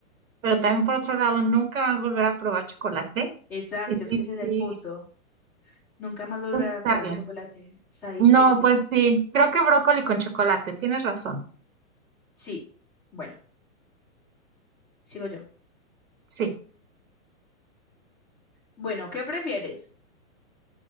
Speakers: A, on the right; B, in the centre.
A: pero también por otro lado, nunca más volver a probar chocolate
B: Exacto,
A: es
B: es
A: difícil.
B: que ese es el punto. Nunca más volver
A: Está
B: a probar
A: bien.
B: chocolate. Está difícil.
A: No, pues sí, creo que brócoli con chocolate, tienes razón.
B: Sí. Bueno, sigo yo.
A: Sí,
B: Bueno, ¿qué prefieres?